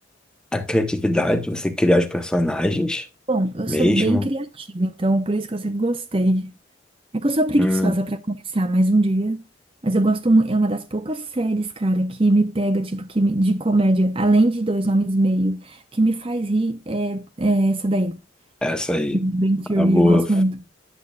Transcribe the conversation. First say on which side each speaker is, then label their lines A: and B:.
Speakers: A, in the centre; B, on the right.
A: a criatividade, você criar os personagens
B: Bom, eu
A: mesmo.
B: sou bem criativa, então por isso que eu sempre gostei. É que eu sou preguiçosa
A: Hum,
B: pra começar mais um dia. Mas eu gosto muito. É uma das poucas séries, cara, que me pega, tipo, que me- de comédia, além de Dois Homens e Meio, que me faz rir, é, é essa daí.
A: essa aí.
B: Big Bang Theory,
A: A boa.
B: eu gosto muito.